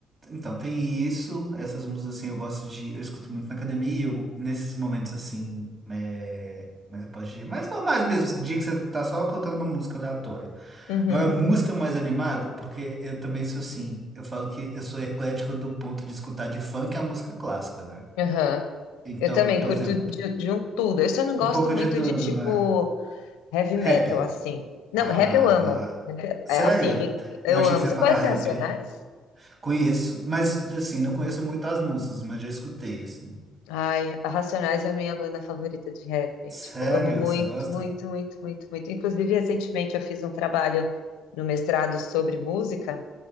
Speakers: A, on the right; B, on the left.
A: Então, tem isso. Essas músicas assim eu gosto de. Eu escuto muito na academia. Eu, nesses momentos assim. É... Mas pode dizer, mas normais mesmo, dia que você tá só colocando uma música aleatória.
B: Uhum.
A: Agora, música mais animada, porque eu também sou assim, eu falo que eu sou eclético do ponto de escutar de funk a música clássica, né?
B: Aham.
A: Então,
B: Eu também
A: por
B: curto
A: exemplo,
B: de, de um tudo. Eu só não gosto
A: um pouco
B: muito
A: de tudo,
B: de tipo
A: né?
B: heavy metal,
A: Rap.
B: assim. Não,
A: Ah,
B: rap eu amo.
A: não.
B: Rap,
A: Sério?
B: é, Assim,
A: Eu
B: eu
A: achei
B: amo.
A: que você
B: Você
A: ia falar
B: conhece
A: rap.
B: Racionais?
A: Conheço, mas assim, não conheço muito as músicas, mas já escutei, assim.
B: Ai, a Racionais é a minha banda favorita de rap.
A: Sério?
B: Tipo, amo muito,
A: Você gosta?
B: muito, muito, muito, muito. Inclusive, recentemente eu fiz um trabalho no mestrado sobre música.